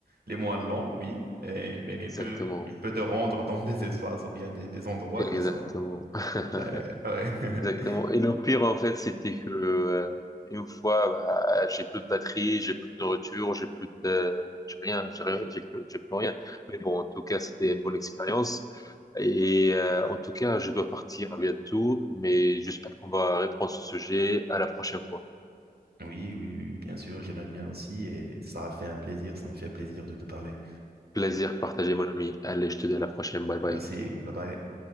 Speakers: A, on the right; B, on the left.
A: les moins longs, oui, et- mais il
B: exactement.
A: peut, il peut te rendre dans des espaces ou bien des, des endroits
B: Exactement.
A: qui sont,
B: <laughs>
A: ouais, ouais. <laughs>
B: Exactement. Et le pire, en fait, c'était que euh, une fois, bah, j'ai plus de batterie, j'ai plus de nourriture, j'ai plus de... J'ai rien, j'ai rien, j'ai plus, j'ai plus rien. Mais bon, en tout cas, c'était une bonne expérience. Et euh, en tout cas, je dois partir bientôt, mais j'espère qu'on va reprendre ce sujet à la prochaine fois.
A: Oui, oui, oui, bien sûr, j'aimais bien aussi et ça a fait un plaisir, ça me fait plaisir de te parler.
B: Plaisir partagé, mon ami. Allez, je te dis à la prochaine. Bye bye.
A: Merci, Ouais. bye bye.